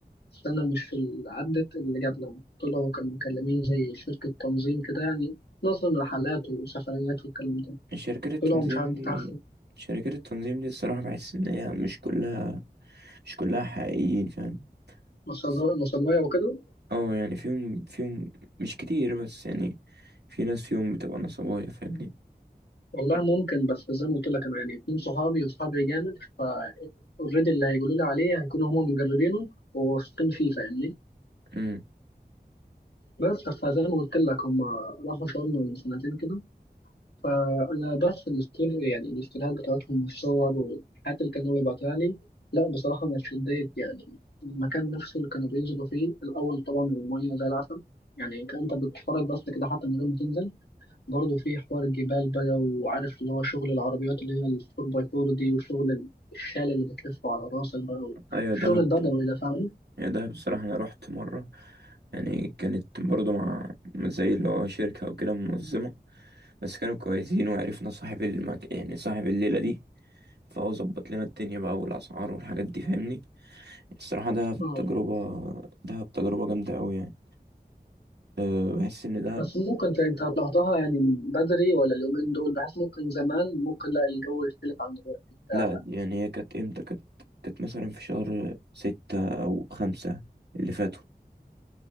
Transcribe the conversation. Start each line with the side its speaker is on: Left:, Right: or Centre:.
Left: بس أنا مش في ال- عدت اللي جابنا دول هو كانوا مكلمين زي شركة تنظيم كده يعني نظم رحلات وسفريات والكلام ده
Right: شركات التنظيم
Left: طلعوا مش عارف بتاع
Right: دي شركات التنظيم دي الصراحة بحس إن هي مش كلها مش كلها حقيقيين فاهم
Left: نصبراية
Right: بس
Left: نصبراية وكده
Right: اه يعني فيهم فيهم مش كتير بس يعني في ناس فيهم بتبقى نصابية فاهمني
Left: والله ممكن بس زي ما قلت لك انا يعني اتنين صحابي وصحابي جامد ف اوريدي اللي هيقولوا لي عليه هيكونوا هما مجربينه وواثقين فيه فاهمني
Right: امم
Left: بس فزي ما قلت لك هما راحوا شرم من سنتين كده فانا بس الاستور يعني الاستوريات بتاعتهم والصور والحاجات اللي كانوا بيبعتوها لي لا بصراحة انا اتشديت يعني المكان نفسه اللي كانوا بينزلوا فيه الاول طبعا المية زي العسل يعني كأنت بتتفرج بس كده حتى من غير ما تنزل برضه في حوار الجبال بقى وعارف اللي هو شغل العربيات اللي هي الفور باي فور دي وشغل الشال اللي بتلفه على راسك بقى
Right: أيوة
Left: الشغل
Right: دهب
Left: البدوي ده فاهم؟
Right: يعني ده بصراحة أنا رحت مرة يعني كانت برضو مع مع زي اللي هو شركة وكده منظمة بس كانوا كويسين وعرفنا صاحب المك... يعني صاحب الليلة دي فهو ظبط لنا الدنيا بقى والأسعار والحاجات دي فاهمني يعني الصراحة دهب
Left: اه
Right: تجربة دهب تجربة جامدة أوي يعني أه بحس إن دهب
Left: بس ممكن ت- انت طلعتها يعني من بدري ولا اليومين دول بحس ممكن زمان ممكن لا الجو يختلف عن دلوقتي بتاع
Right: لأ يعني هي كانت إمتى كانت كانت مثلا في شهر ستة أو خمسة اللي فاتوا